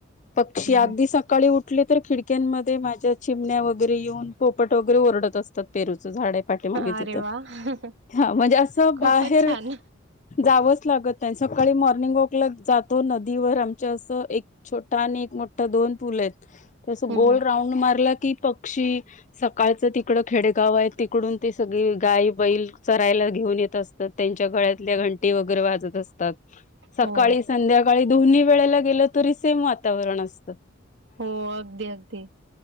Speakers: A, on the left; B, on the right.
A: पक्षी
B: हम्म
A: अगदी
B: हम्म
A: सकाळी उठ उठल्यातर खिडक्यांमध्ये माझ्या चिमण्या वैगरे येऊन पोपट वगैरे ओरडत असतात ते रोज चं झाड आहे पाठीमागे
B: अरे
A: तिथं
B: वा
A: हा म्हणजे असं
B: खूपच
A: बाहेर
B: छान
A: जावंच लागत नाय. सकाळी मॉर्निंगऑकला जातो नदीवर. आमच्या असं, एक छोटा आनी एक मोठा दोन पूल आहेत. तसं
B: हं
A: गोल
B: हं
A: राऊंड मारला की पक्षी सकाळचं तिकडं खेडेगाव आहे तिकडून ते सगळी गाई, बैल चरायला घेऊन येतं असतात. त्यांच्या गळ्यातल्या घंटी वैगरे वाजत असतात. सकाळी,
B: हो
A: संध्याकाळी.. दोन्ही वेळेला गेलं तरी सेम वातावरण असत.
B: हो, अगदी अगदी.